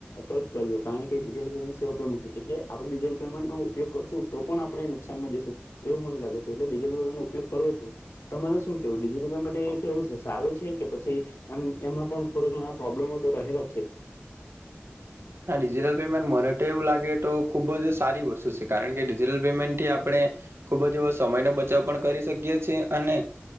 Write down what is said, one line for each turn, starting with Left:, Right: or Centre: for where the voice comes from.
Left: ટચ કરજો કારણ કે ડિજિટલ પેમેન્ટ સેવા પણ નથી એટલે આપણે ડિજિટલ પેમેન્ટ નો ઉપયોગ કરશું તો પણ આપણે નુકસાનમાં જશું એવું મને લાગે છે એટલે ડિજિટલ પેમેન્ટ નો ઉપયોગ કરવો જોઈએ તો તમારે શું કેવું ડિજિટલ પેમેન્ટ માટે એ કેવું હશે. સારું છે કે પછી. એમ એમાં પણ થોડડા ઘણા પ્રોબ્લેમો તો રહેલા. જી.
Right: હા ડિજિટલ પેમેન્ટ મને તો એવું લાગે તો ખુબ જ સારી વસ્તુ છે કારણ કે ડિજિટલ પેમેન્ટ થી આપણે ખુબ જ એવો સમય ન બચાવ પણ કરી શકીએ છીએ અને